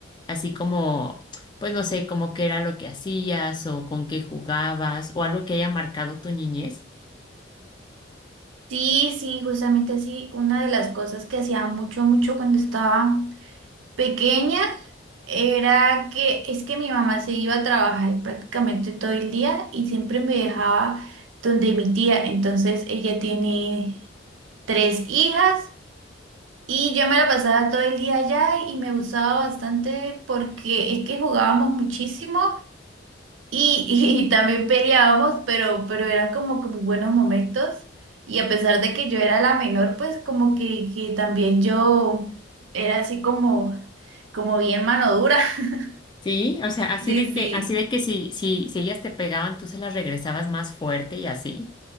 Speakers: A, on the left; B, on the right.
A: así como, pues no sé, como qué era lo que hacías o con qué jugabas o algo que haya marcado tu niñez.
B: Sí, sí, justamente así. Una de las cosas que hacía mucho, mucho cuando estaba pequeña era que es que mi mamá se iba a trabajar prácticamente todo el día y siempre me dejaba donde mi tía. Entonces ella tiene tres hijas Y yo me la pasaba todo el día allá y me gustaba bastante porque es que jugábamos muchísimo y, y también peleábamos, pero, pero eran como que muy buenos momentos. Y a pesar de que yo era la menor, pues como que, que también yo era así como, como bien mano dura. <laughs>
A: Sí, o sea, así
B: Sí,
A: de que,
B: sí.
A: así de que si, si, si ellas te pegaban, tú se las regresabas más fuerte y así.